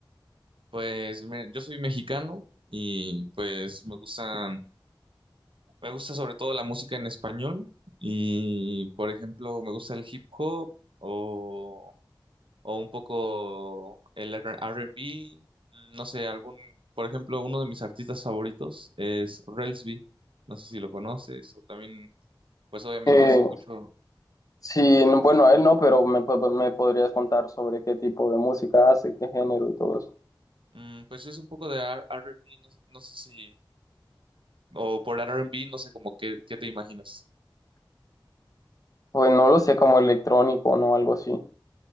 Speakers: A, on the right; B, on the left.
A: Pues me- yo soy mexicano y pues me gustan, me gusta sobre todo la música en español y por ejemplo me gusta el hip hop o o un poco el R- R&B, no sé, algún, por ejemplo, uno de mis artistas favoritos es Relsby, no sé si lo conoces, o también, pues obviamente
B: Eh,
A: escucho,
B: Sí, no- bueno, él no, pero me, po- me podrías contar sobre qué tipo de música hace, qué género y todo eso.
A: mm, pues es un poco de R- R&B, no, no sé si, o por R&B, no sé como qué, qué te imaginas.
B: Pues no lo sé, como electrónico, ¿no? Algo así.